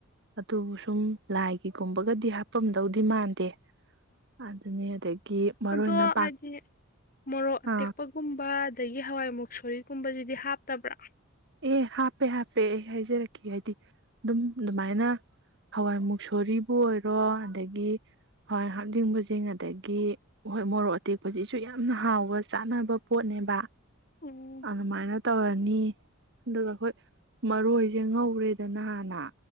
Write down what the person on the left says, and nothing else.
ꯑꯗꯣ
ꯍꯥꯏꯗꯤ ꯃꯣꯔꯣꯛ ꯑꯇꯦꯛꯄꯒꯨꯝꯕ
ꯑꯗꯒꯤ ꯍꯋꯥꯏꯃꯨꯛ ꯁꯣꯔꯤꯒꯨꯝꯕꯗꯨꯗꯤ ꯍꯥꯞꯇꯕ꯭ꯔꯥ
ꯎꯝ